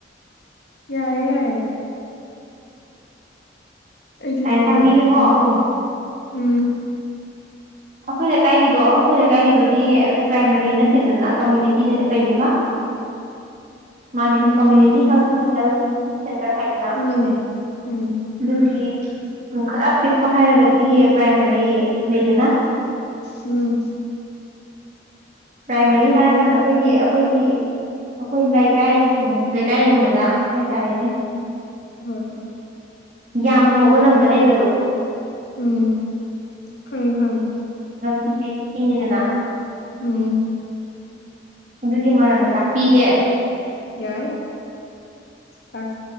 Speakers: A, on the left; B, on the right.
A: ꯌꯥꯏꯌꯦ ꯌꯥꯏꯌꯦ ꯑꯩꯁꯨ
B: ꯂꯥꯏꯔꯤꯛ
A: ꯇꯥꯍꯧꯔꯦ
B: ꯇꯥꯛꯄꯤꯒꯦꯀꯣ
A: ꯈꯪꯍꯧꯗꯦ ꯎꯝ
B: ꯑꯩꯈꯣꯏꯅ ꯂꯩꯀꯥꯏꯒꯤꯗꯣ ꯑꯩꯈꯣꯏꯅ ꯂꯩꯀꯥꯏꯒꯤꯗꯣ ꯄ꯭ꯔꯥꯏꯃꯔꯤ ꯅꯠꯇꯦꯗꯅ ꯀꯝꯃꯨꯅꯤꯇꯤ ꯀꯩꯃ ꯃꯥꯟꯅꯦ
A: ꯎꯝ
B: ꯀꯃꯨꯅꯤꯇꯤ ꯍꯦꯜ ꯍꯦꯜ ꯁꯦꯟꯇꯔ ꯍꯥꯏꯗꯅ
A: ꯃꯥꯅꯦ ꯎꯝ
B: ꯑꯗꯨꯒꯤ ꯎꯝ ꯈꯔ ꯄꯤꯛꯄ ꯍꯥꯏꯔꯒꯗꯤ ꯄ꯭ꯔꯥꯏꯃꯥꯔꯤ ꯂꯩꯗꯅ
A: ꯎꯝ
B: ꯄ꯭ꯔꯥꯏꯃꯥꯔꯤ ꯍꯥꯏꯔꯒꯅ ꯑꯩꯈꯣꯏꯒꯤ ꯑꯩꯈꯣꯏꯒꯤ ꯑꯩꯈꯣꯏ ꯂꯩꯀꯥꯏ ꯎꯝ ꯂꯩꯀꯥꯏꯒꯨꯝꯕꯗ ꯍꯥꯏꯇꯥꯔꯦꯅꯦ
A: ꯍꯣꯏ
B: ꯌꯥꯝꯅ ꯍꯧꯕ ꯂꯝꯗ ꯂꯩꯕꯗꯣ
A: ꯎꯝ ꯈꯪꯉꯦ ꯈꯪꯉꯦ
B: <unintelligible> ꯁꯤꯅꯤꯗꯅ
A: ꯎꯝ
B: ꯑꯗꯨꯒꯤ ꯃꯔꯝꯗ ꯇꯥꯛꯄꯤꯒꯦ
A: ꯌꯥꯏ ꯇꯥꯛ